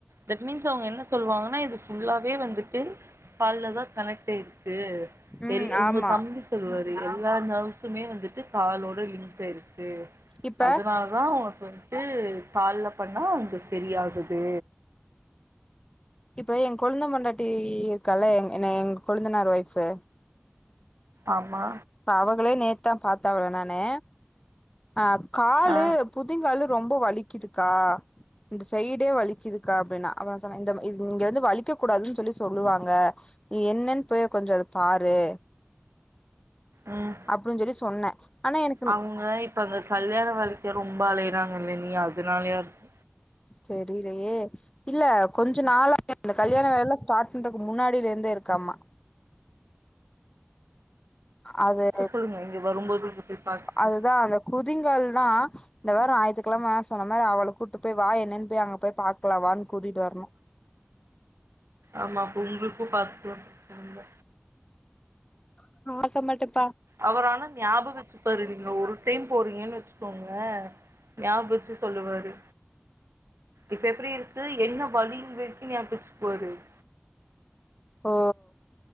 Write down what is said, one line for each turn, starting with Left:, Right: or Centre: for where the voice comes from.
Right: தட் மீன்ஸ் அவங்க என்ன சொல்வாங்கன்னா இது ஃபுல்லாவே வந்துட்டு கால்லதா கனெக்ட் ஆயிருக்கு
Left: ம்
Right: ல் உங்க
Left: ஆமா
Right: தம்பி சொல்வாரு எல்லா நர்வஸுமே வந்துட்டு காலோட லிங்க் ஆயி இருக்கு சரி
Left: இப்ப
Right: அதனால தான் <inaudible> ட்டு கால்ல பண்ணா அங்க சரியகுது
Left: இப்ப என் கொழந்தன் பொண்டாட்டி இருக்கால்ல என் எங்க கொழுந்தனார் ஒய்ஃப்பு
Right: ஆமா
Left: இ அவர்களே நே தான் பா்த்தாவல நானே அஹ காளு
Right: ஆ
Left: புதிங்கால ரொம்ப வலிக்குதுக்கா இந்த சைடே வலிக்குதுக்கா அப்டின்னா அப்புற சொன்ன இந்த நீங்க வந்து வலிக்க கூடாதுன்னு சொல்லி சொல்லுவாங்க நீ என்னன்னு போய கொஞ்சம் அத பாரு
Right: உம்
Left: அப்டின்னு சொல்லி சொன்னே ஆனா எனக்கு
Right: அவங்க இப்ப அந்த கல்யாண வழிக்க ரொம்ப அலையறாங்க ல்ல நீ அதுனாலயா இருக்கு
Left: தெரியலையே இல்ல கொஞ்ச நாளா இந்த கல்யாண வேலைல்லா ஸ்டார்ட் பண்றக்கு முன்னாடியில இருந்தே இருக்காமா அது
Right: சொல்லுங்க இங்க வரும்போது இங்க போய் பாக்க சொல்லுங்க
Left: அதுதான் அந்த குதிங்கள் நா இந்த வாரோ ஆயித்துக்கெழம சொன்ன மாரி அவள கூட்டு போய் வா என்னன்ன போய் அங்க போய் பாக்கலா வான்னு கூடிட்டு வரணும்
Right: ஆமா அப்ப உங்களுக்கும் பாத்துக்கிறோம் பிரச்சனைல்
Left: ஆ <unintelligible>
Right: அவரால ஞாபக ருங்க ஒரு டைம் போறீங்கன்னு வச்சுக்கோங்க ஞாபகம் வச்சுட்டு சொல்லுவாரு இப்ப எப்டி இருக்கு என்ன வழியில் வெட் <unintelligible> <unintelligible>
Left: ஓ